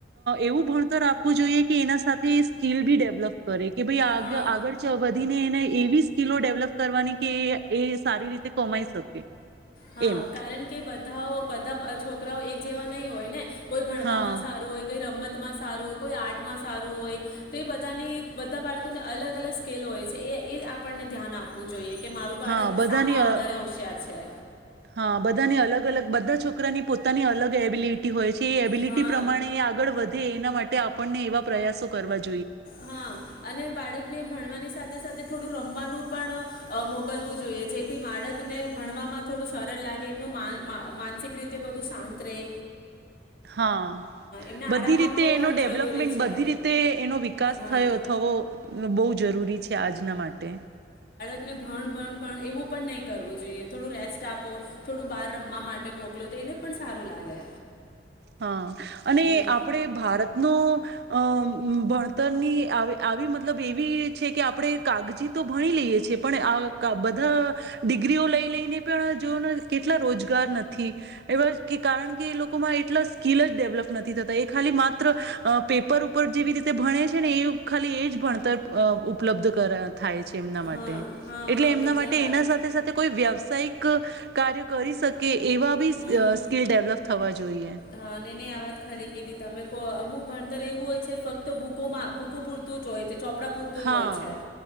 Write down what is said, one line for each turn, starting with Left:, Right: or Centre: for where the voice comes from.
Right: એવું ભણતર આપવું જોઈએ કે એના સાથે સ્કીલ બી ડેવલપ કરે કે ભાઈ આગ
Left: હા
Right: આગળ ચ વધીને એને એવી સ્કીિલો ડેવલપ કરવાની કે એ સારી રીતે કમાઈ શકે
Left: હા
Right: એમ
Left: કારણ કે બધાઓ છોકરાઓ એક જેવા નહી હોય ને કોઈ ભણવામાં
Right: હા
Left: સારું હોય કોઈ રમત માં સારું હોય કોઈ આર્ટમાં સારું હોય તો એ બધાની બધા બાળકોને અલગ અલગ સ્કેલ હોય છે એ એ આપણને ધ્યાન આપવું જોઈએ કે મારું બાળક
Right: હા બધાની
Left: સામાં વધારે
Right: અ
Left: હોશિયાર છે
Right: હા બધાની અલગ અલગ બધા છોકરાની પોતાની અલગ એબિલિટી હોય છે કે એબિલિટી
Left: હા
Right: પ્રમાણે આગળ વધે એના માટે માટે આપણને એવા પ્રયાસો કરવા જો
Left: હા અને બાળકને ભણવાની. સાથે સાથે થોડું રમવાનું પણ અ મોકલવું જોઈએ જેથી બાળકને ભણવામાં થોડું સરળ લાગે એમનું મા મા માનસિક રીતે બધું શાંત રહે.
Right: હા
Left: એમને
Right: બધી
Left: આરામ
Right: રીતે
Left: આપવો
Right: એનો
Left: પણ
Right: ડેવલપમેન્ટ
Left: જરૂરી છે
Right: બધી રીતે એનો વિકાસ
Left: હા
Right: થયો થવો બહુ જ. જરૂરી છે આજના માટે.
Left: ને ભણ ભણ ભણ એવું પણ નહીં કરવું જોઈએ થોડું રેસ્ટ આપો થોડું બહાર રમવા માટે મોકલો તો એને પણ સારું લાગે.
Right: હા અને
Left: હમ
Right: આપણે ભારતનો. અ ભણતરની આવી આવી મતલબ એવી છે કે આપણે કાગજી તો ભણી લઈએ છીએ પણ આ બધા ડિગ્રીઓ લઈ લઈને પણ જોઓ કેટલા રોજગાર નથી એવા કારણ કે એ લોકોમાં. એટલા સ્કિલ જ ડેવલપ નથી થતા એ ખાલી માત્ર અ પેપર ઉપર જેવી રીતે ભણે છે ને એ ખાલી એ જ ભણતર અ ઉપલબ્ધ થાય છે. એ માટે
Left: હા હા
Right: એટલે
Left: હા
Right: એમના
Left: કેટલા
Right: માટે
Left: બાળક
Right: એના સાથે સાથે કોઈ વ્યવસાયિક. ક કાર્ય કરી શકે. એવા બી
Left: હમ
Right: સ્ક સ્કિલ ડેવલપ થવા જોઈએ.
Left: હા નઈ નઈ આ વાત ખરી કીધી તમે કો અમુક ભણતર એવું હોય છે ફક્ત બુકોમાં બુકો પૂરતું જ હોય છે, ચો પડાં પૂરતું
Right: હા
Left: જ હોય છે,